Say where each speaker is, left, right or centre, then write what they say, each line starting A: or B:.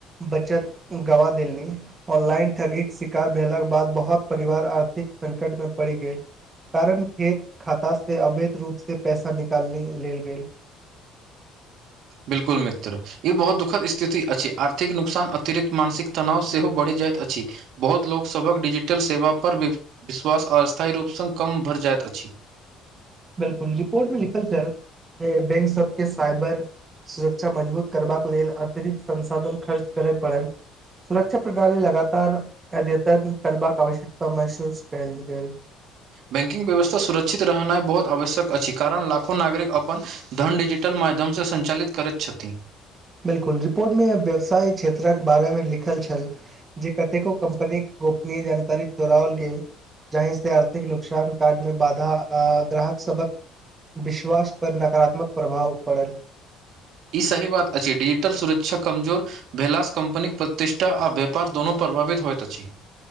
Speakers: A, on the right; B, on the right.
A: बचत गवा देलनि ऑनलाइन ठगीक के शिकार भेलाक बाद बहुत परिवार आर्थिक संकट मे पड़ि गेल कारण खेत खाता से अवैध रूप से पैसा निकालने लेल गेल
B: बिलकुल मित्र ई बहुत दुखद स्थिति अछि आर्थिक नुकसान अतिरिक्त मानसिक तनाव सेहो बढ़ि जाइत अछि बहुत लोकसभक डिजिटल सेवापर विश्वास स्थायी रूपसँ कम भरि जाइत अछि
A: बिल्कुल रिपोर्ट मे लिखल छै बैंक सबके साईबर सुरक्षा मजबूत करबाक लेल अतिरिक्त संसाधन खर्च करय पड़नि सुरक्षा प्रणाली लगातार अद्यतन करबाक आवश्यकता महसुस केल गेल
B: बैंकिंग व्यवस्था सुरक्षित रहनाइ बहुत आवश्यक अछि कारण लाखो नागरिक अपन धन डिजिटल माध्यमसँ सञ्चालित करैत छथि
A: बिल्कुल रिपोर्टमे व्यवसाय क्षेत्रके बारेमे लिखल छल जे कतेको कम्पनीके गोपनीय जानकारी चोराओल गेल जहि से आर्थिक नुकसान काज मे बाधा ग्राहक सबक विश्वास पर नकारात्मक प्रभाव पड़ल
B: ई सही बात अछि डिजिटल सुरक्षा कमजोर भैलास कम्पनीक प्रतिष्ठा आ व्यापार दोनों प्रभावित होइत अछि